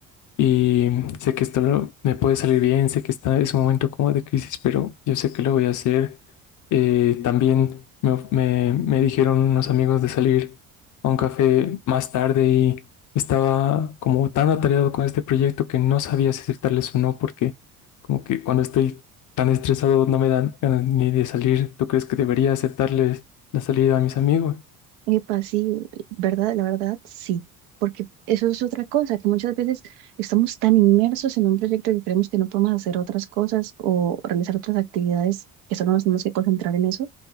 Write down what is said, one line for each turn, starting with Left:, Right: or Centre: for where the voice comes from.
Left: Y sé que esto lo- me puede salir bien, sé que está, es un momento como de crisis, pero yo sé que lo voy a hacer. Eh, también me, of- me- me dijeron unos amigos de salir a un café más tarde y estaba como tan atareado con este proyecto que no sabía si aceptarles o no, porque como que cuando estoy tan estresado no me dan ganas ni de salir. ¿Tú crees que debería aceptarles la salida a mis amigos?
Right: Epa, sí, verdad, la verdad, sí, porque eso es otra cosa, que muchas veces estamos tan inmersos en un proyecto que creemos que no podemos hacer otras cosas o realizar otras actividades, que solo nos tenemos que concentrar en eso,